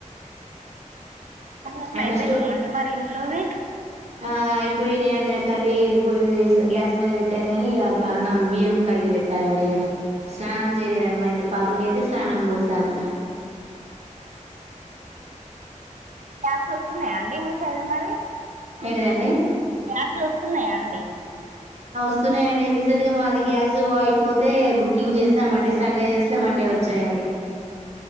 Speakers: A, on the right (about 70°); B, on the right (about 55°).
A: అన్నీ
B: అవి
A: అయిపోయినాయా
B: నెక్స్ట్
A: అండి మరి ఇంట్లోవి
B: ఆ అయిపోయి నే కర్రీ పొయ్యి మీద గ్యాస్ మీద పెట్టాను కాని అన్నం బియ్యం కడిగి పెట్టాలండి స్నానం చేయలేండి మైద పాపలకైతే స్నానం పోశాను
A: గ్యాస్లు వస్తున్నాయాండి మీ సైడ్ మరి
B: ఏంటిదండి
A: గ్యాస్లు వస్తున్నాయా అండి
B: వస్తున్నాయంండి రీసెంట్గా మాది గ్యాస్ అయిపోతే బుకింగ్ చేసాంమండి సండే చేస్తే మండే వచ్చాయంండి